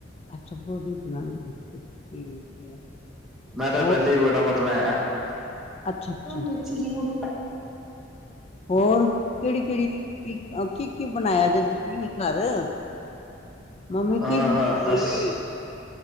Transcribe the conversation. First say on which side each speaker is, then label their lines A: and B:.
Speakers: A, on the left; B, in the centre.
A: ਅੱਛਾ, ਬੋਰੀ <unintelligible> ਬਣਾਉਣੀ ਹੈ, ਠੀਕ ਹੈ।
B: ਮੈਂ ਤਾਂ
A: ਹੋਰ?
B: ਪਹਿਲੇ ਹੀ ਬੜਾ ਪਤਾ
A: ਅੱਛਾ ਅੱਛਾ
B: ਵਿੱਚ ਹੀ <unintelligible>
A: ਹੋਰ ਕਿਹੜੀ-ਕਿਹੜੀ ਕੀ-ਕੀ ਬਣਾਇਆ ਜੇ ਤੁਸੀਂ ਘਰ? ਮੰਮੀ
B: ਆਹ
A: ਕੀ ਬਣਾਈ
B: ਹਾਂ ਅ ਅਸੀਂ।
A: ਏ?